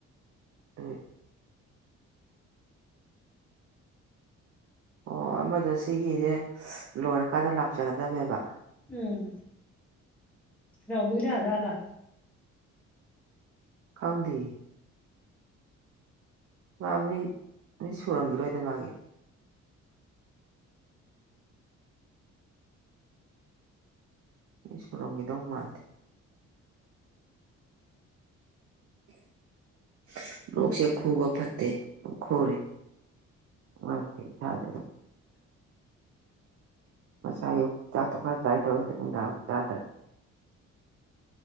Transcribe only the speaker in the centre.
ꯎꯨꯝ ꯅꯥꯎꯕꯤ ꯂꯥꯛꯑꯖꯥꯠꯂ